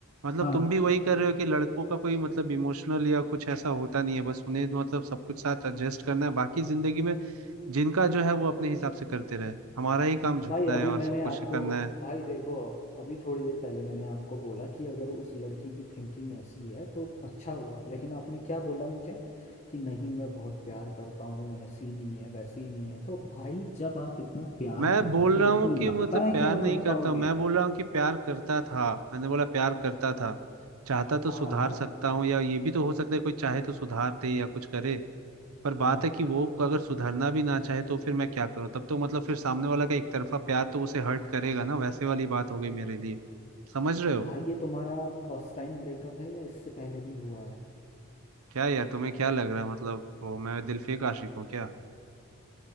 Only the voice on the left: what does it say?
हाँ
भाई अभी
मैंने
आपको
भाई देखो अभी थोड़ी देर पहले मैंने आपको बोला कि अगर उस लड़की की थिंकिंग ऐसी है तो अच्छा हुआ लेकिन आपने क्या बोला मुझे कि नहीं मैं बहुत प्यार करता हूँ ऐसी नहीं है वैसी ही नहीं है तो भाई जब आप इतना प्यार
करते
हो तो
आपको
लगता
है
कि
आप रह
पाओगे
था
ना
हाँ
भाई ये तुम्हारा फर्स्ट टाइम ब्रेकअप है या इससे पहले भी हुआ है